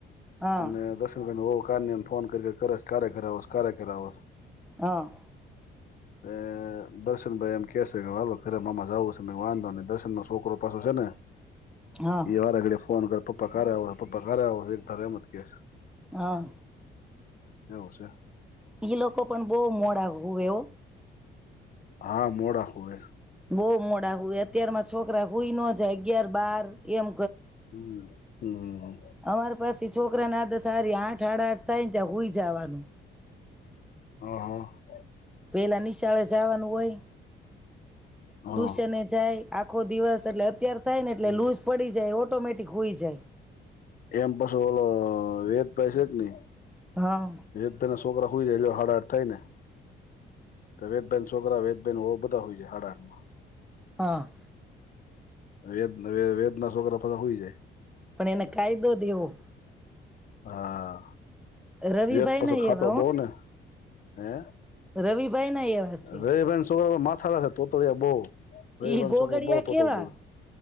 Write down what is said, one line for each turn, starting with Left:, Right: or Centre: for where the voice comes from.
Centre: હા
Left: અને દર્શનભાઈ ન વહુ કયારની આમ ફોન કરીએ કયારે ઘરે આવોશ કયારે ઘરે આવોશ?
Centre: હા.
Left: એ દર્શનભાઈ એમ કે શે કે હાલો ઘરે મામા જાવું શે મે વાંધો નહી દર્શનનો છોકરો પાછો શે ને
Centre: હા
Left: એ વારા ઘડીએ ફોન કર પપ્પા કારે આવે હે પપ્પા કારે આવે હે <unintelligible> <unintelligible>
Centre: હા.
Left: એવું શે.
Centre: ઈ લોકો પણ બહુ મોડા હુવે ઓ.
Left: હા મોડા હુવે.
Centre: બોવ મોડા હોય અત્યારમાં છોકરા હુંઈ નો જાય અગિયાર બાર એમ
Left: હમ્મ. હમ્મ હમ્મ.
Centre: અમારે પાસી છોકરાને આદત સારી આઠ હાડા આઠ થાય ને ત્યાં હુય જાવાનું
Left: હ હ.
Centre: પહેલાં નિશાળે જાવાનું હોય
Left: હા
Centre: ટ્યુશને જાય આખો દિવસ એટલે અત્યાર થાયને એટલે
Left: હમ
Centre: લુઝ પડી જાય ઓટ ઓટોમેટીક હુય જાય.
Left: એમ પછી ઓલો વેદભાઈ છે ને
Centre: હા
Left: વેદભાઈના છોકરા હુઈ જાય જો હાડા આઠ થાય ને તો વેદભાઈના છોકરા વેદભાઈના વહુ બધા હોય જાય હાડા આઠમાં
Centre: હ.
Left: વેદ વેદના છોકરા પાછા હુઈ જાય.
Centre: પણ એને કાયદો દેવો
Left: હા.
Centre: રવિભાઈ
Left: વેદ પાછો
Centre: ના
Left: ખાટો
Centre: એવા હો
Left: બઉને હે
Centre: રવિભાઈ ના એવા છે
Left: ર રહીબેન છોકરા માથા છે તોતડીયા બહુ રહીબાન
Centre: ઈ ગોગડિયા
Left: છોકરો બહુ તોતડું
Centre: કેવા
Left: બોલે